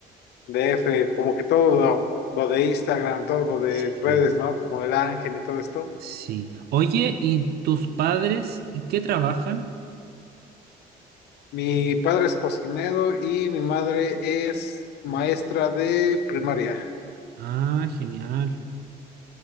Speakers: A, on the left; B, on the right.
A: DF, como que todo lo, lo de Instagram, todo lo de
B: Sí,
A: redes, ¿no? Como el Ángel y todo esto.
B: sí. Oye, ¿y tus padres qué trabajan?
A: Mi padre es cocinero y mi madre es maestra de primaria.
B: Ah, genial.